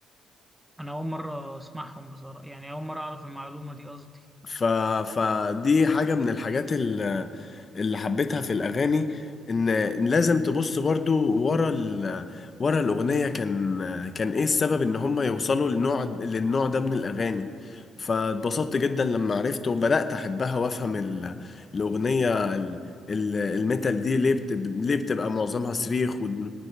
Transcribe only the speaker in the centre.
انا اول مره اسمعهم بصراحه يعني اول مره اعرف المعلومه دي قصدي